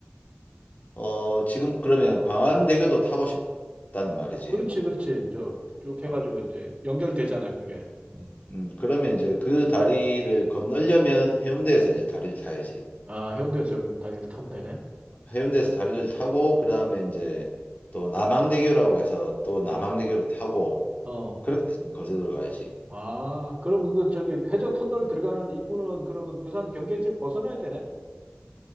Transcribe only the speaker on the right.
그렇지, 그렇지. 저 쭉 해가지고
이제 연결되잖아, 그게. 음.
아, 해운대에서 그럼 다리를 타면 되네.
어,
어,
어.
아, 그러면 그 저기 해저 터널 들어가는 입구는 그러면 부산 경계 지역 벗어나야 되네?